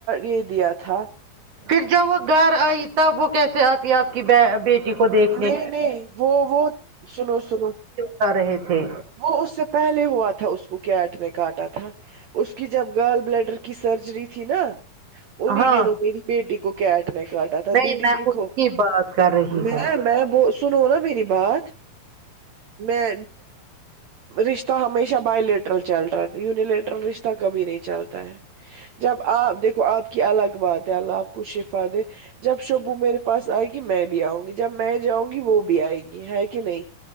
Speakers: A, on the right; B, on the right.
A: یے دیا تھا
B: پھر جب وہ گر آئی تب وہ کیسے آتی آپ کی بیٹی کو دیکھنے
A: نہیں نہیں وہ وہ سنو سنو
B: کر رہے تھے
A: وہ اس سے پہلے ہوا تھا اس کیٹ نے کاٹا تھا اس کی جب گال بلیڈر کی سرجری تھی نا انی
B: ہاں
A: دنوں میری بیٹی کو کیٹ نےکا ٹا تھا
B: نہیں
A: دیدی
B: میں
A: دیکھو
B: اس کی بات کر رہی
A: میں
B: ہوں
A: میں بو سنو نا میری بات میں رشتہ ہمیشہ بائے لیٹ ٹرل چل رہا ینیلیٹرل رشتہ کبھی نہیں چلتا ہے جب آپ دیکھو آپ کی الگ بات ہے اللہ آپ کو شفا دے جب شبو میرے پاس آئے گی میں بھی آؤں گی جب میں جاؤں گی وہ بھی آئے گی ہے کی نہیں